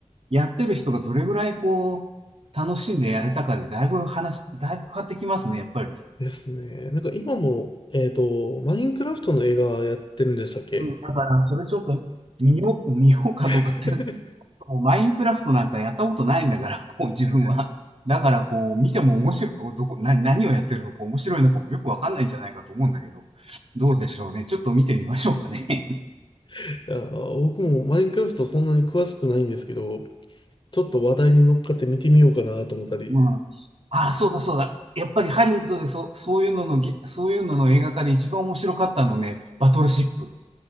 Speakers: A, on the right; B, on the left.
A: やってる人がどれぐらいこう、楽しんでやれたかでだいぶ話、だいぶ変わってきますね、やっぱり。
B: ですね。なんか今も、えっと、マインクラフトの映画やってるんでしたっけ
A: うん、だからそれちょっと見よう、見ようかどうかって、
B: <laughs>
A: もうマインクラフトなんかやったことないんだから、<laughs> こう自分は。だからこう見ても面白い、どこ、な、何をやってるのか面白いのかもよくわかんないんじゃないかと思うんだけど、どうでしょうね。ちょっと見てみましょうかね。
B: いや、僕もマインクラフトそんなに詳しくないんですけど、ちょっと話題に乗っかって見てみようかなと思ったり。
A: うん。ああ、そうだそうだ。やっぱりハリウッドでそ、そういうののげ、そういうのの映画化で一番面白かったのね、バトルシップ。